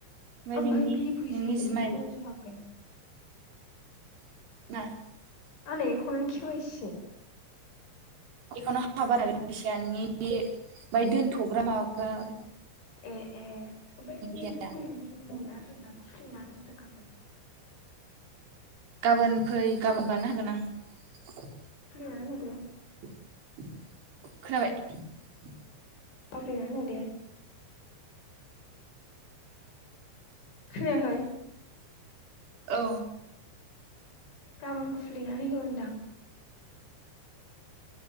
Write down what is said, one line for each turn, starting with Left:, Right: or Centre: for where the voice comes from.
Right: ओमफ्राय नोंनि
Left: भाय बि फैसा
Right: नोंनि
Left: आरो
Right: जिमाइल
Left: <unintelligible>
Right: <unintelligible>
Left: आंना एखावनानो केवाइसिसो
Right: एखननो हा बारा बे फैसाया नोंनि बे बाय दोनथ'ग्रा माबाग्रा
Left: <unintelligible>
Right: फैसाया
Left: थाखा फै
Right: गाबोन फै गाबोन बानायना हागोन आं
Left: खुलिनानै होदे
Right: खोनाबाय
Left: <unintelligible> खोनायाखै
Right: औ
Left: गाबोन खुलिनानै हो होनदां